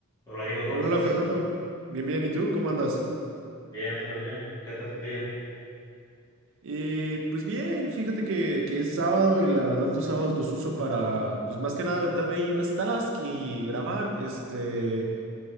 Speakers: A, on the left; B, on the right.
A: Hola Diego, ¿cómo
B: Hola,
A: estás?
B: hola Fernando. Bien, bien. ¿Y tú? ¿Cómo andas?
A: Bien, todo bien. ¿Qué tal tu día?
B: Eh, pues bien, fíjate que, que es sábado y la verdad los sábados los uso para, pues más que nada aventarme ahí unas tasks y grabar, este,